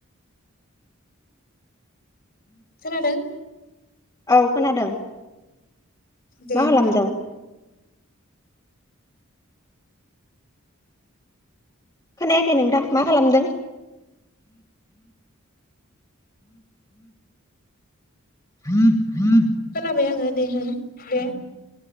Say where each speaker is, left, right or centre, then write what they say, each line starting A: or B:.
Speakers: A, on the left; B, on the left.
A: खोनादों?
B: औ खोनादों।
A: दे
B: मा
A: होमबा
B: खालामदों? खोनायाखै नोंथां, मा खालामदों? <inaudible>
A: बाय आङो दे होन दे,